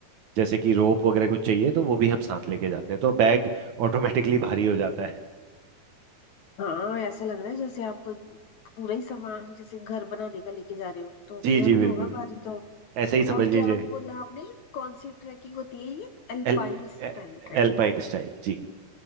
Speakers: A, on the right; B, on the left.
A: जैसे कि रोप वगैरह कुछ चाहिए तो वो भी हम साथ लेके जाते हैं तो बैग ऑटोमेटिकली भारी हो जाता है
B: हाँ ऐसा लग रहा है जैसे आप पूरा ही सामान जैसे घर बनाने का लेके जा रहे हो तो अपने
A: जी जी
B: आप
A: बिल्कुल
B: ही होगा भारी तो
A: ऐसे ही समझ
B: और
A: लीजिए
B: क्या बोला आपने कौन सी ट्रैकिंग होती है ये अल्पाइन
A: एल
B: स्टाइल
A: ए-
B: ट्रैकिंग
A: एल्पाइन स्टाइल जी